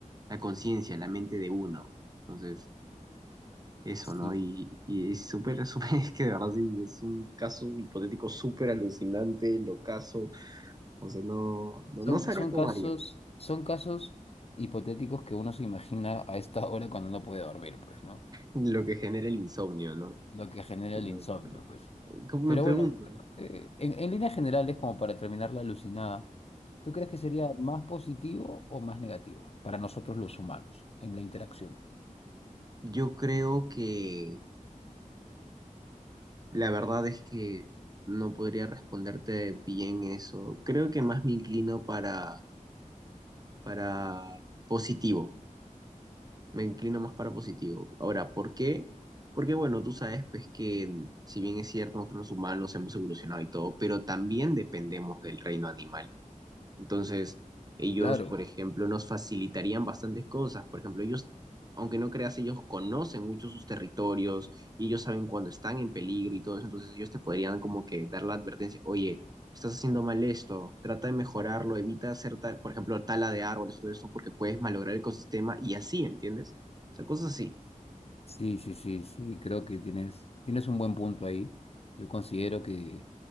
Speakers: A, on the right (about 30°); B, on the left (about 50°).
A: la conciencia, la mente de uno. Entonces, eso,
B: Sí.
A: ¿no? Y, y es súper, <laughs> súper, es que de verdad sí, es un caso hipotético súper alucinante, locazo, o sea, no, no,
B: Son,
A: no sabría
B: son
A: cómo
B: casos,
A: haría
B: son casos hipotéticos que uno se imagina a esta hora cuando no puede dormir, pues, ¿no?
A: lo que genera el insomnio, ¿no?
B: Lo que genera
A: Qué
B: el
A: loco,
B: insomnio,
A: ¿no?
B: pues.
A: me
B: Pero
A: pregunto,
B: bueno, yo creo que en, en líneas generales, como para terminar la alucinada, ¿tú crees que sería más positivo o más negativo para nosotros los humanos en la interacción?
A: yo creo que... La verdad es que no podría responderte bien eso. Creo que más me inclino para, para positivo. Me inclino más para positivo. Ahora, ¿por qué? Porque bueno, tú sabes pues que si bien es cierto, nosotros los humanos hemos evolucionado y todo, pero también dependemos del reino animal. Entonces, ellos,
B: Claro.
A: por ejemplo, nos facilitarían bastantes cosas. Por ejemplo, ellos, aunque no creas, ellos conocen mucho sus territorios y ellos saben cuando están en peligro y todo eso. Entonces, ellos te podrían como que dar la advertencia, oye, estás haciendo mal esto, trata de mejorarlo, evita hacer, tal, por ejemplo, tala de árboles o todo eso porque puedes malograr el ecosistema y así, ¿entiendes? O sea, cosas así.
B: Sí, sí, sí, sí, creo que tienes, tienes un buen punto ahí. Yo considero que